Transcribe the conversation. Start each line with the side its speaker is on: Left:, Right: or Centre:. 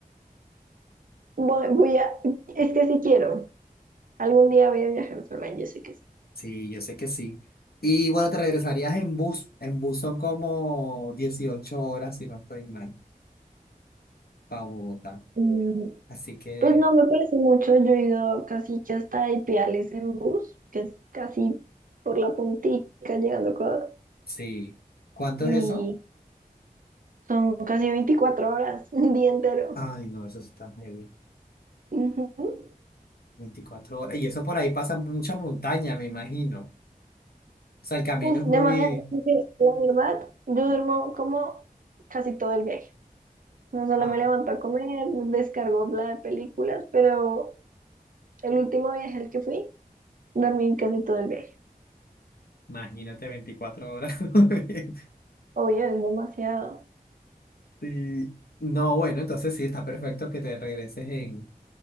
Right: Voy, voy a, es que sí quiero. Algún día voy a viajar sola, yo sé que sí.
Left: Sí, yo sé que sí. Y bueno, te regresarías en bus. En bus son como 18 horas, si no estoy mal, para Bogotá.
Right: Mm,
Left: Así que,
Right: Pues no me parece mucho, yo he ido casi que hasta Ipiales en bus, que es casi por la puntica llegando a Ecuador,
Left: sí. ¿Cuánto
Right: y
Left: es eso?
Right: son casi 24 horas, <laughs> un día entero.
Left: Ay, no, eso está heavy.
Right: Ujú.
Left: veinticuatro horas. Y eso por ahí pasa mucha montaña, me imagino. O sea, el camino
Right: Uf,
Left: es muy...
Right: demasiado, porque la verdad, yo duermo como casi todo el viaje. No solo
Left: Ah,
Right: me levanto a comer, descargo la de películas, pero el último viaje al que fui, dormí casi todo el viaje.
Left: imagínate veinticuatro horas. <laughs>
Right: Obvio, es demasiado.
Left: Sí. No, bueno, entonces sí, está perfecto que te regreses en,